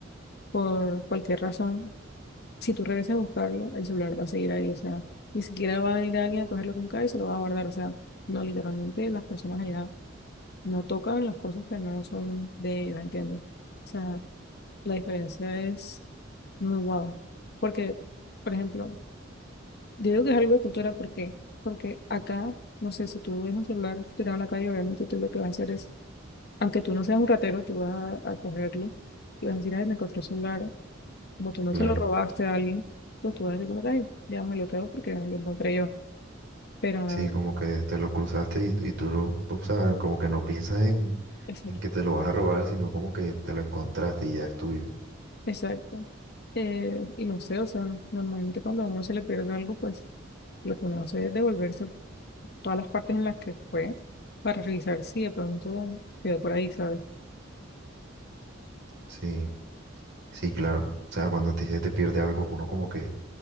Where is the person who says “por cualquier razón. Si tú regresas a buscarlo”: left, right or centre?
Left